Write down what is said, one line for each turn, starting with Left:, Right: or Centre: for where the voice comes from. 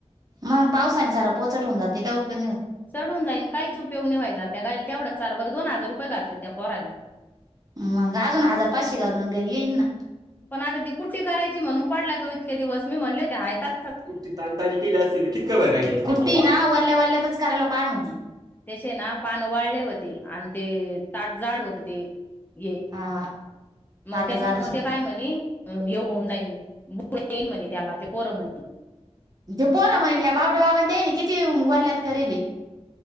Right: मग पावसाने सारा पोचट होऊन जाते काय उपयोग नाही होत.
Left: चढून जाईन काहीच उपयोग नि व्हायचा त्या गायिले तेवढ्या चारभर दोन हजार रुय घातले त्या पोरायन.
Right: मग अजून हजार पाचशे घालू घरी येईन ना
Left: पण आता ती कुट्टी करायची म्हणून पडला तो इतके दिवस मी म्हणले होते हयतास
Right: कुट्टी ताजी ताजी केली असतील कितका भर राहिली आसती कुट्टी ना वरल्या वल्यातच करायला पाहान व्हती.
Left: त्यासे ना पान वाळले होती आणि ते ताट जाड होत ते. ये
Right: हा
Left: मग
Right: ताट
Left: त्याच्या
Right: जाडच
Left: म
Right: होते
Left: ते काय म्हणे. अ येऊन जाईन मु येईन म्हणे त्याला ते पोरं म्हणे.
Right: ते पोर म्हणे या बाबड बाबां किती वरल्यात करेले.